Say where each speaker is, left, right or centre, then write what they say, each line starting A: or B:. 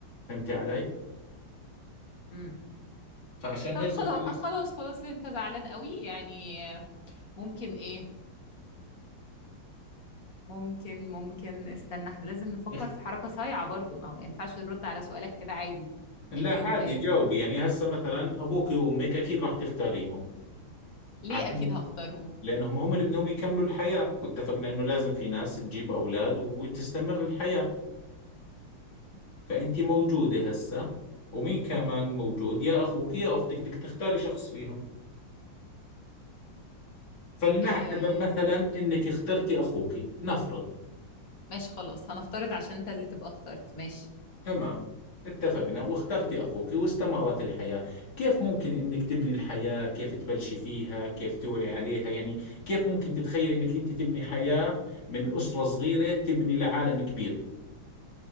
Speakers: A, on the left; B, on the left.
A: فهمتي علي
B: امم
A: فعشان
B: طب
A: هيك
B: خلاص
A: قلت
B: خلاص خلاص انت زعلان قوي يعني ممكن ايه ممكن ممكن استنى احنا لازم نفكر
A: لك
B: في حركة صايعة برضو ما هو ينفعش نرد على سؤالك كده عادي
A: لا
B: يعني
A: عادي
B: ازاي
A: جاوبي يعني هسه مثلا ابوك وامك اكيد راح تختاريهم
B: ليه
A: عشان
B: اكيد هختارهم
A: لانهم هم اللي بدهم يكملوا الحياة واتفقنا انه لازم في ناس تجيب اولاد وتستمر الحياة فانت موجودة هسه ومين كمان موجود يا اخوك يا اختك بدك تختاري شخص فيهم فلنعتبر
B: آه
A: مثلا انك اخترتي اخوك نفرض
B: ماشي خلاص هنفترض عشان انت اللي تبقى اخترت ماشي
A: تمام اتفقنا واخترت أخوك واستمرت الحياة كيف ممكن إنك تبني الحياة كيف تبلشي فيها كيف توعي عليها يعني كيف ممكن تتخيل إنك أنت تبني حياة من أسرة صغيرة تبني لعالم كبير